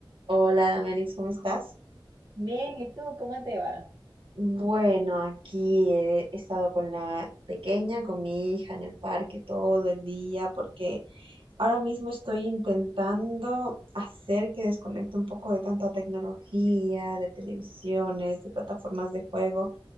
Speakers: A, on the right (about 80°); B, on the right (about 55°).
A: Hola, Damelix, ¿cómo estás?
B: Bien, ¿y tú cómo te va?
A: Bueno, aquí he estado con la pequeña, con mi hija en el parque todo el día, porque ahora mismo estoy intentando hacer que desconecte un poco de tanta tecnología, de televisiones, de plataformas de juego.